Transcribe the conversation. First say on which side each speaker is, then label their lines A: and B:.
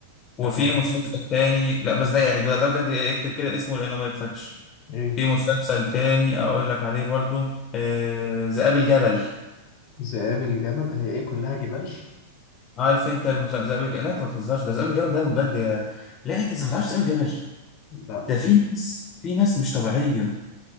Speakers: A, on the left; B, on the left.
A: وفي
B: تمام
A: مسلسل تاني لا بس ده يعني ده ده بجد اكتب كده اسمه لانه ما يتفتش
B: ايه
A: في مسلسل تاني اقول لك عليه برضو آه ذئاب الجبل
B: ذئاب الجبل هي ايه كلها جبال
A: عارف انت المس... ذئاب الجبل لا انت ما تهزرش ده ذئاب الجبل ده بجد يا... لا انت إزاي ما تعرفش ذئاب الجبل
B: <laughs> لا
A: ده في ناس في ناس مش طبيعيه